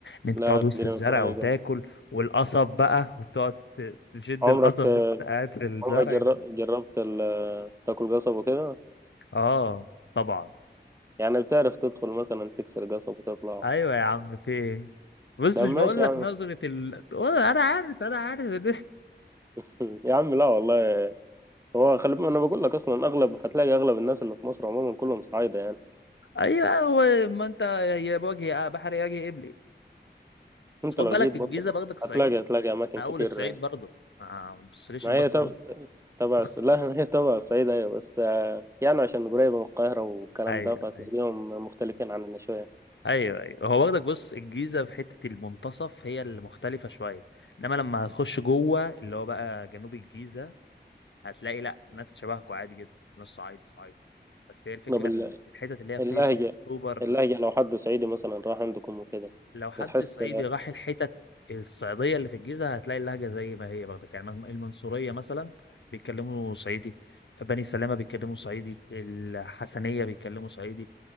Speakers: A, on the left; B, on the right.
A: ان انت
B: لا
A: تقعد
B: الدنيا
A: وسط الزرع
B: مش رايقة
A: وتاكل والقصب بقى <laughs> وتقعد ت- تشد
B: عمرك
A: القصب وانت قاعد في الزرع
B: عمرك جر-
A: ده
B: جربت ال- تاكل قصب وكده
A: اه طبعا
B: يعني بتعرف تدخل مثلا تكسر قصب وتطلع
A: ايوه يا عم في ايه بص
B: لا
A: مش
B: ماشي
A: بقول
B: يا
A: لك
B: عم
A: نظره ال... <laughs> والله انا عارف انا عارف
B: <laughs> يا عم لا والله هو خلي بالك- انا بقول لك اصلا اغلب هتلاقي اغلب الناس اللي في مصر عموما كلهم صعايده يعني
A: <laughs> ايوه هو ما انت هي بوجه بحر يجي قبلي
B: انت
A: بس خد
B: لو
A: بالك
B: جيت
A: الجيزه
B: برضه
A: باخدك الصعيد
B: هتلاقي هتلاقي اماكن
A: انا
B: كتير
A: اول الصعيد برضه آه، ما بصليش
B: ما
A: البصه
B: هي تب-
A: دي
B: تبع
A: <laughs>
B: الص- لا <laughs> هي تبع الصعيد ايوه بس آه، يعني عشان قريبه من القاهره والكلام
A: ايوه
B: ده فهتلاقيهم
A: أيوة.
B: مختلفين عننا شويه
A: ايوه ايوه هو واخدك بص الجيزه في حته المنتصف هي اللي مختلفه شويه انما لما هتخش جوه اللي هو بقى جنوب الجيزه هتلاقي لا ناس شبهكوا عادي جدا ناس صعايده صعايده بس هي الفكره
B: طب ال-
A: ان الحتت اللي هي
B: اللهجه
A: فيصل اكتوبر
B: اللهجه لو حد صعيدي مثلا راح عندكم وكده
A: لو حد
B: بتحس
A: صعيدي راح الحتت الصعيديه اللي في الجيزه هتلاقي اللهجه زي ما هي برضه يعني المنصوريه مثلا بيتكلموا صعيدي بني سلامه بيتكلموا صعيدي الحسنيه بيتكلموا صعيدي